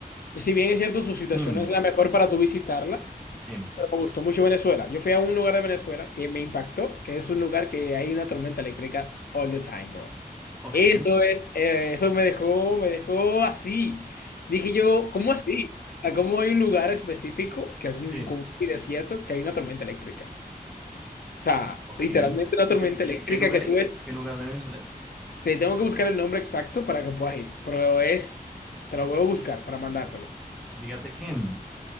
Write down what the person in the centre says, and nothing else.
Hmm,
sí,
ok,
sí.
Ok.
¿Y
qué, qué,
qué lugar
es?
¿Qué lugar de Venezuela es?
Porque fíjate que mm,